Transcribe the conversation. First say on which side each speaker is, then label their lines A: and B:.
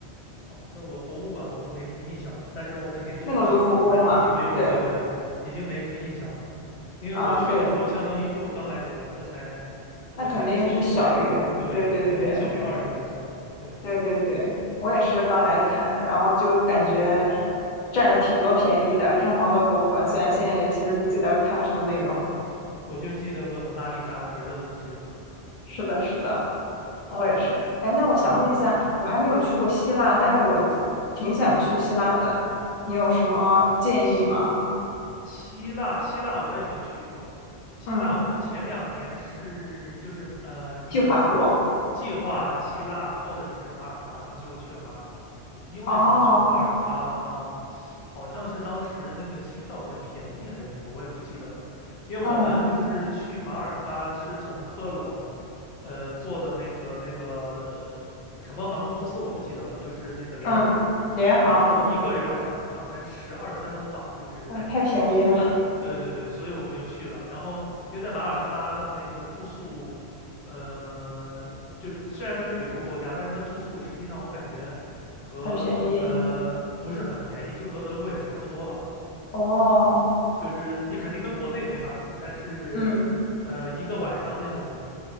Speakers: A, on the left (about 75°); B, on the left (about 50°).
A: 哦，那我博物馆我都没什么印象了，但是我肯定都是去过的，
B: 那个卢浮宫嘛，
A: 但已经没有，
B: 对，
A: 对对对，已经没什么印象了，因为我去的时候相当于是我刚来德国，
B: 嗯对，
A: 那才我才十九岁，
B: 那肯定是小于，
A: 对，
B: 对对对
A: 肯定是小于二十五岁的，对
B: 对对对，我也是刚来看的，然后就感觉
A: 对，
B: 占了挺多便宜的，看好多博物馆，
A: 嗯，
B: 虽然现在也其实不记得看什么内容。
A: 我就记得个蒙娜丽莎，别的都不记得了，
B: 是的，是的。我也是。哎，那我想问一下，
A: 嗯，
B: 我还没有去过希腊，但是我挺想去希腊的，你有什么建议吗？
A: 七。希腊，希腊我也没去过。希腊我们前两年是就是呃，
B: 嗯，
A: 一个是计划希腊或者是马耳他，
B: 计划过。
A: 然后最后去了马耳他。因为什么去的马耳他？
B: 哦，
A: 好像是当时那个机票比较便宜还是什么，我也不记得了。因为我们就是去马耳他是从科隆，
B: 嗯
A: 呃，坐的那个那个什么航空公司我不记得了，就是那个联航。
B: 嗯，联航，
A: 然后一个人好像才十二三欧吧，就是单程。
B: 嗯，太便宜了，
A: 对对对，所以我们就去了。然后，因为在马耳他的那个住宿，呃，就是虽然它是旅游国家，但是它住宿实际上我感觉和呃不是很便宜，
B: 很便宜。
A: 就和德国也差不多吧。
B: 哦，
A: 就是你肯定跟国内没法比，但是，
B: 嗯，
A: 呃，一个晚上那种